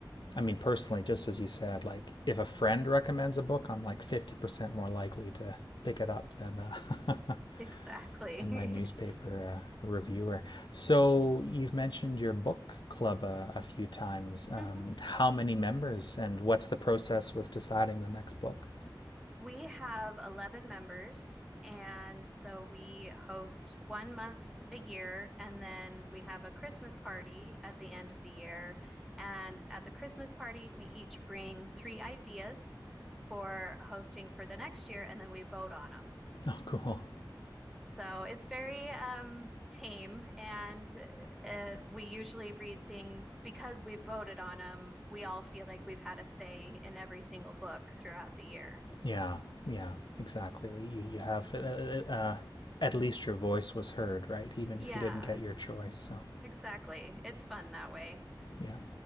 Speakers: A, on the left (about 70°); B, in the centre.
A: I mean, personally, just as you said, like, if a friend recommends a book, I'm like 50% more likely to pick it up than, uh, <laughs>
B: Exactly.
A: than my newspaper uh, reviewer. So, you've mentioned your book club uh, a few times. Um,
B: <laughs>
A: how many members and what's the process with deciding the next book?
B: We have 11 members, and so we host one month a year, and then we have a Christmas party at the end of the year. And at the Christmas party, we each bring three ideas for hosting for the next year, and then we vote on them.
A: Oh, cool.
B: So it's very um, tame, and uh, we usually read things because we voted on them. We all feel like we've had a say in every single book throughout the year.
A: Yeah, yeah, exactly.
B: Mhm.
A: You you have uh, uh, uh, at least your voice was heard, right? Even
B: Yeah.
A: if you didn't get your choice. So,
B: Exactly. It's fun that way.
A: yeah,